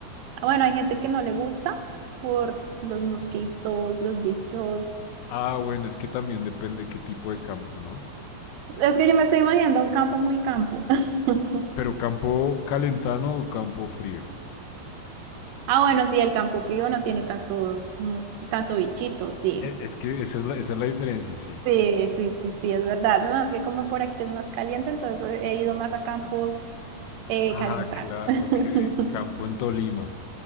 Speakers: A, on the right (about 80°); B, on the left (about 80°).
A: ah, bueno, hay gente que no le gusta por los mosquitos, los bichos.
B: Ah, bueno, es que también depende qué tipo de campo, ¿no?
A: Es que yo me estoy imaginando un campo muy campo. <laughs>
B: Pero campo calentano o campo frío.
A: Ah, bueno, sí, el campo frío no tiene tantos, mos- tanto bichito, sí.
B: E- Es que esa es la, esa es la diferencia, sí.
A: Sí, sí, sí, sí, es verdad. No, es que como por aquí es más caliente, entonces he ido más a campos eh,
B: Ah,
A: calentados.
B: claro, ok.
A: <laughs>
B: Campo en Tolima.